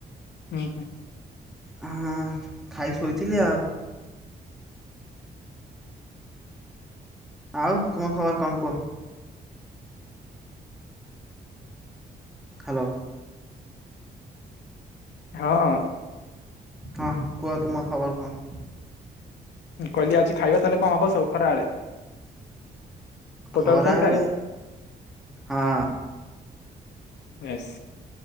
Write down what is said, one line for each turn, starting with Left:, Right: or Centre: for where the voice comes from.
Left: ହୁଁ -ହୁଁ।
Centre: ହୁଁ- ଖାଇକି ଶୋଇଥିଲି ଆଉ। ଆଉ ତୁମ ଖବର୍ କଣ୍ କୁହ? ହ୍ୟାଲୋ।
Left: ହଁ।
Centre: ହଁ କୁହ ତୁମର ଖବର କଣ?
Left: ହଁ, କହିଲି ଆଜି ଖାଇବା ତାହେଲେ କଣ ହବ ସବୁ ଖରାବେଳେ? ପୋଟଳ
Centre: ଖରାବେଳେ
Left: ତରକାରୀ
Centre: ହଁ
Left: ଏସ